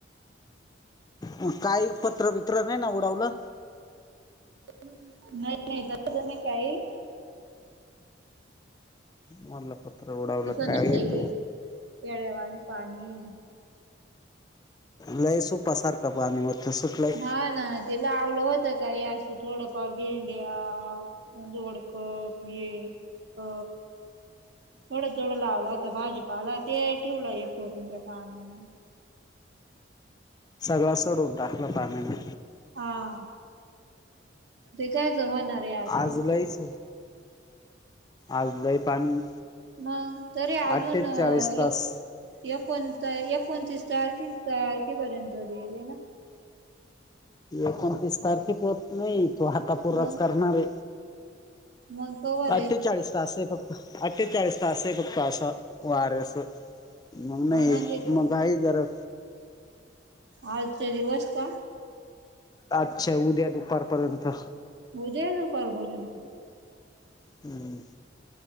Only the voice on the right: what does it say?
नाही- नाही. तस नाही काही.
तसं
नसलंय
पेड्यावाणी पाणी
हा ना ते लावल होत काही असं थोडंफार भेंड्या दोडक हे अ थोडं- थोडं लावलं होता भाजीपाला ते ठेवलं हे करून त्या पाण्यानं.
हा. ते कायच होणारे आता?
मग, तरी अजून
एक
एकूण एकूणतीस तारखी तारखी पर्यंत देईल येना.
मग
मग कवर आहे
हा म्हणजे का
आजच्या दिवस का?
उद्याही दुपारपर्यंत.